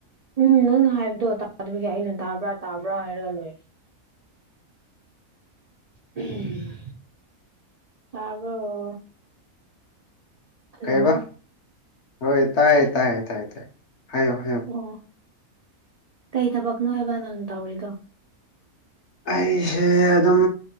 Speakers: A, on the right; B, on the left.
A: ꯎꯝ ꯅꯪꯅ ꯍꯥꯏꯕꯗꯣ ꯇꯥꯗꯕꯒꯤ ꯑꯩꯅ ꯇꯥꯕ꯭ꯔꯥ ꯇꯥꯕ꯭ꯔꯥ ꯍꯥꯏꯔꯒ ꯂꯩ ꯎꯝ ꯇꯥꯕ꯭ꯔꯣ ꯍꯜꯂꯣ
B: ꯀꯩꯕ ꯍꯣꯏ ꯇꯥꯏꯌꯦ ꯇꯥꯏ ꯇꯥꯏ ꯇꯥꯏ ꯍꯥꯏꯌꯣ ꯍꯥꯏꯌꯣ
A: ꯑꯣ ꯀꯩ ꯊꯕꯛꯅꯣ ꯍꯥꯏꯕ ꯅꯪ ꯇꯧꯔꯤꯗꯣ
B: ꯑꯩꯁꯦ ꯑꯗꯨꯝ